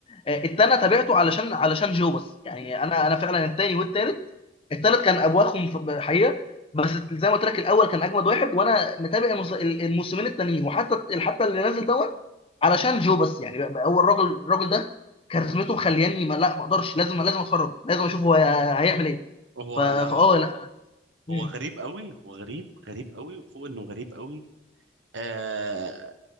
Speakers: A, on the left (about 30°); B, on the right (about 80°).
A: آه، التاني تابعته علشان علشان جو بس يعني انا انا فعلا التاني والتالت التالت كان ابواخهم في- حقيقه بس زي ما قلت لك الاول كان اجمد واحد وانا متابع المس- الموسمين التانيين وحتى حتى اللي نازل دوت علشان جو بس يعني بقى بقى هو الراجل الراجل ده كاريزمته مخلياني ما لا ما اقدرش لازم لازم اتفرج لازم اشوف هو هيعمل ايه
B: هو
A: ف... فاه
B: لا
A: لا مم.
B: هو غريب قوي هو غريب غريب قوي وفوق انه غريب قوي آه